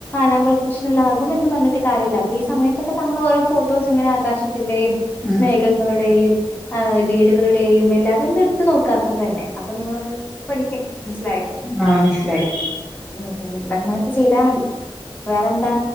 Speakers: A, on the left (about 20°); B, in the centre.
A: ഞാൻ പ്രൊഫഷണൽ ആകും എന്ന് പറഞ്ഞിട്ട് കാര്യമില്ല. ഈ സമയത്തൊക്കെ <unintelligible> ത്തിന്റെയും
B: ഉം
A: മേഘങ്ങളുടെയും ആ വീടുകളുടെയും എല്ലാ ഒന്ന് എടുത്ത് നോക്കാ അത്ര തന്നെ അപ്പ നമ്മളത് പഠിക്കും. മനസ്സ്ലായോ
B: ആഹ് മനസ്സിലായി
A: ഉം, ഉം ഞങ്ങള് ചെയ്താ മതി വേറെന്താ